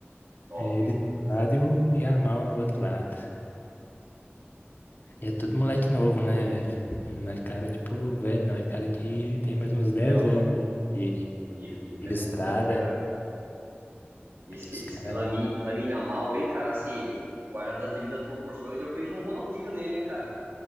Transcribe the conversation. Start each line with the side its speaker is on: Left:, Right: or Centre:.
Right: Top.
Left: É ele de um lado e o Yamal no outro lado. E é tudo moleque novo, né, velho? Não é cara, tipo, velho, não. É cara que tem mais uns
Right: É,
Left: 10
Right: ó,
Left: anos aí de,
Right: o, Ni- o Nico
Left: de
Right: é novo
Left: estrada.
Right: também, é verdade. Esse,
Left: Os
Right: esse
Left: cara,
Right: Lamin, Lamine Yamal aí, cara, assim, guardado as devidas proporções, eu vejo um Ronaldinho nele, hein, cara.